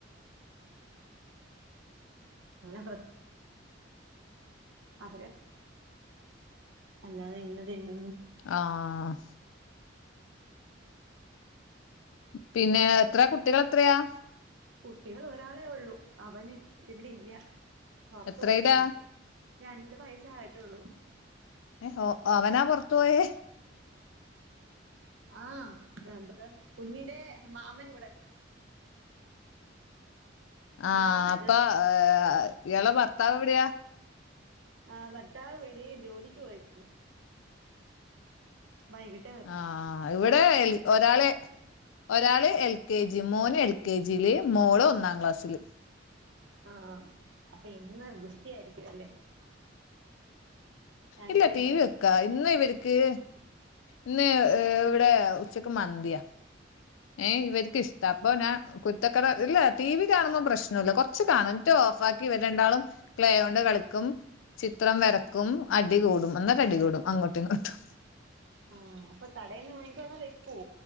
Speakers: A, on the right; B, on the left.
A: അങ്ങനെ ആഹ് ആഹ് അല്ലാതെ ഇന്നെ തിന്നു
B: ആഹ് പിന്നെ എത്ര കുട്ടികൾ എത്രയാ
A: കുട്ടികൾ ഒരാളെ ഉള്ളൂ അവന് ഇവിടെ ഇല്ല പുറത്തു
B: എത്രയിലാ
A: പോയെക്കുന്നു രണ്ട് വയസ് ആയിട്ടേയൊള്ളൂ
B: ഏഹ് അവനാ പൊറത്തു പോയേ?
A: ആഹ് കുഞ്ഞിന്റെ മാമൻ കൂടെ
B: ആഹ്
A: മാമൻ
B: അപ്പൊ
A: അത്
B: ഇയാളുടെ ഭർത്താവ് എവിടെയാ
A: ആ ഭർത്താവ് വെളിയില് ജോലിക്ക് പോയിക്കുന്നു വൈകിട്ട്
B: ആഹ് ഇവിടെ ഒരാളെ ഒരാള് എൽ കെ ജി മോന് എൽ കെ ജിയില് മോള് ഒന്നാം ക്ലാസ്സില്
A: ആഹ അപ്പൊ ഇന്ന് ഗുസ്തിയായിരിക്കും അല്ലേ രണ്ടുപേരും
B: ഇല്ല ടിവി
A: കൂടെ
B: വെക്കാ ഇന്ന് ഇവർക്ക് ഇന്ന് ഏവിടെ ഉച്ചക്ക് മന്തിയ ഏയ് ഇവർക്ക് ഇഷ്ട അപ്പൊ ഞാൻ കുര്ത്തക്കേട ഇല്ല ടി വി കാണുമ്പോം പ്രശ്നില്ല റച്ച് കാണും ഇന്നട്ട് ഓഫാക്കി ഇവര് രണ്ടാളും ക്ലേ കൊണ്ട് കളിക്കും ചിത്രം വരക്കും ക്കും അടികൂടും നന്നായിട്ട് അടികൂടും അങ്ങോട്ടും ഇങ്ങോട്ടും
A: ആ അപ്പൊ കടേന്ന് വാങ്ങിക്കോ അതോ വെക്കോ